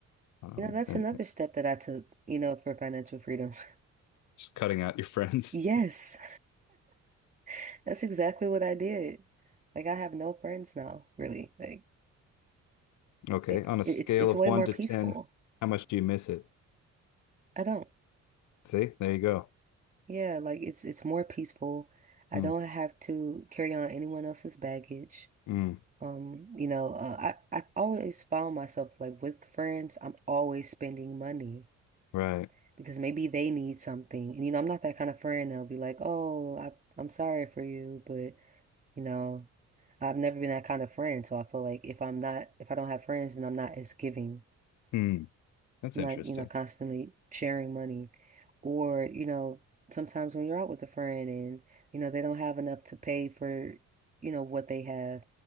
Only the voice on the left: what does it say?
um,
and
just cutting out your friends.
<laughs>
Okay,
on a
scale
of
one
to
ten, how much do you miss it?
See, there you go.
Mm,
mm,
right.
Mm, that's
interesting.